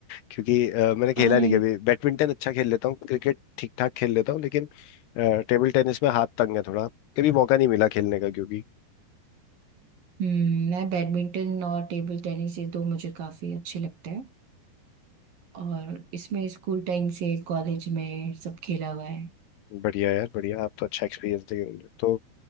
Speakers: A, on the left; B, on the right.
A: क्योंकि अ, मैंने खेला
B: अरे
A: नहीं कभी बैडमिंटन अच्छा खेल लेता हूँ क्रिकेट ठीक ठाक खेल लेता हूँ लेकिन अ, टेबल टेनिस में हाथ तंग है थोड़ा कभी मौका नहीं मिला खेलने का क्योंकि
B: हम्म, मैं बैडमिंटन और टेबल टेनिस ये दो मुझे काफी अच्छे लगते हैं और इसमें स्कूल टाइम से कॉलेज में सब खेला हुआ है
A: बढ़िया यार बढ़िया आप तो अच्छा एक्सपीरियंस दे रहे हो। तो